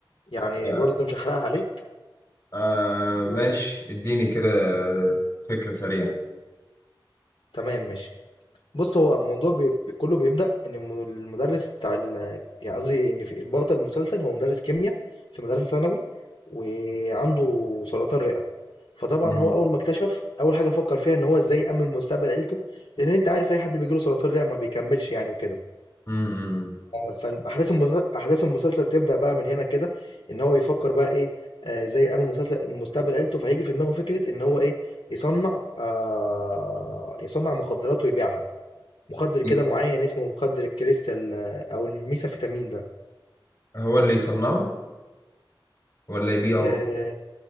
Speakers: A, on the left; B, on the left.
A: يعني
B: آه
A: برضه مش هاحرقها عليك
B: آه،
A: و
B: ماشي اديني كده فكرة سريعة
A: تمام ماشي. بُص، هو الموضوع بي كُلّه بيبدأ إن الم المدرس بتاع ال يعني قصدي إن في البطل المسلسل هو مدرس كيميا في مدرسة ثانوي وعنده سرطان رئة، فطبعًا
B: مم.
A: هو أول ما اكتشف، أول حاجة فكّر فيها إن هو إزاي يأمِّن مستقبل عيلته، لإن أنت عارف أي حد بييجي له سرطان رئة ما بيكمّلش يعني وكده.
B: م- م.
A: فاحداث المسلسل احداث المسلسل تبدا بقى من هنا كده ان هو يفكر بقى ايه آه زي قبل مسلسل مستقبل عيلته فهيجي في دماغه فكره ان هو ايه يصنع آه يصنع مخدرات ويبيعها مخدر كده
B: ي-
A: معين اسمه مخدر الكريستال آه، او الميثامفيتامين ده
B: هو اللي يصنعه ولا يبيعه
A: آه